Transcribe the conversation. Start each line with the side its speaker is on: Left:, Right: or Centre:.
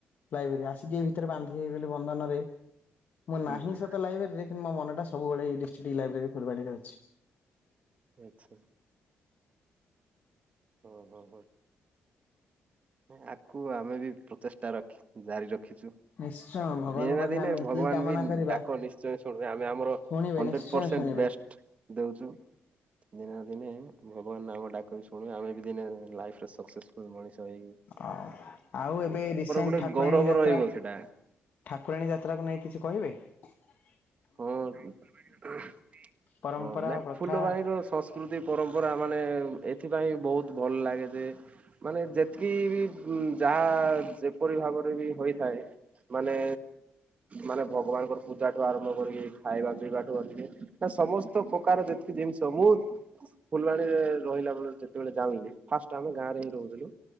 Left: ଲାଇବ୍ରେରୀ ଆସିକି ଏଇ ଭିତରେ ବାନ୍ଧି ହେଇଗଲି ବନ୍ଧନରେ ମୁଁ
Right: ହୁଁ
Left: ନାହିଁ
Right: ହୁଁ
Left: ସତ ଲାଇବ୍ରେରୀରେ ମୋ ମନଟା ସବୁବେଳେ <inaudible> ଡିଷ୍ଟିକ୍ଇ ଲାଇବ୍ରେରୀ ଖୋଲିଵାରେ ଅଛି
Right: ଆଚ୍ଛା ହ ହୋ ହୋ ହଁ ଆ କୁ ଆମେ ବି ପ୍ରତିଷ୍ଟା ରଖି ଜାରି ରଖିଛୁ
Left: ନିଶ୍ଚୟ ଭଗବାନଙ୍କ
Right: ଦିନେ ନା
Left: ପାଖରେ
Right: ଦିନେ
Left: ଆମେ ଏତିକି
Right: ଭଗବାନ
Left: କାମନା
Right: ବି
Left: କରିବା
Right: ଡାକ ନିଶ୍ଚୟ ଶୁଣିବେ ଆମେ ଆମର
Left: ଶୁଣିବେ
Right: ହଣ୍ଡ୍ରେଡ଼
Left: ନିଶ୍ଚୟ
Right: ପରସେଣ୍ଟ
Left: ଶୁଣିବେ।
Right: ବେଷ୍ଟ ଦେଉଛୁ ଦିନେ ନା ଦିନେ ଭଗବାନ ଆମ ଡାକନ ବି ଶୁଣିବେ ଆମେ ବି ଦିନେ ଲାଇଫରେ ସକ୍ସେସଫୁଲ ମଣିଷ ହେଇ
Left: ହ ଆଉ ଏବେ ରିସେଣ୍ଟ
Right: ଗୋଟେ
Left: ଠାକୁରାଣୀ
Right: ଗୌରବ
Left: ଯାତ୍ରା
Right: ରହିବ ସେଟା
Left: ଠାକୁରାଣୀ ଯାତ୍ରାକୁ ନେଇ କିଛି କହିବେ ହ <inaudible>
Right: ହଁ ହଁ
Left: ପରମ୍ପରା
Right: ନାଇ
Left: ପ୍ରଥା
Right: ଫୁଲବାଣୀର ସଂସ୍କୃତି ପରମ୍ପରା ମାନେ ଏଥି ପାଇଁ ବହୁତ ଭଲ ଲାଗେ ଯେ ମାନେ ଯେତିକି ବି ଯାହା ଯେପରି ଭାବରେ ବି ହୋଇଥାଏ ମାନେ ମାନେ ଭଗବାନଙ୍କର ପୂଜାଠୁ ଆରମ୍ଭ କାମ କରିକି ଖାଇବା ପିଇବାଠୁ ଅଧିକେ ସମସ୍ତ ପ୍ରକାର ଯେତିକି ଜିନିଷ ମୁଁ ଫୁଲବାଣୀରେ ରହିଲା ବେଳ ଯେତେବେଳେ ଜାଣିଲି ଫାଷ୍ଟ ଆମେ ଗାଁ ରେ ହିଁ ରହୁଥିଲୁ